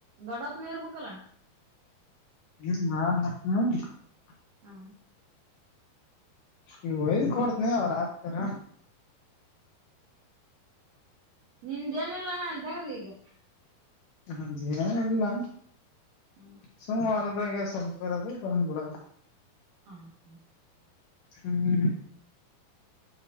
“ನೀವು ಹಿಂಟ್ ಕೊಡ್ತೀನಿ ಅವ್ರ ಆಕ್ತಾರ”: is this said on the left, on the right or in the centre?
Left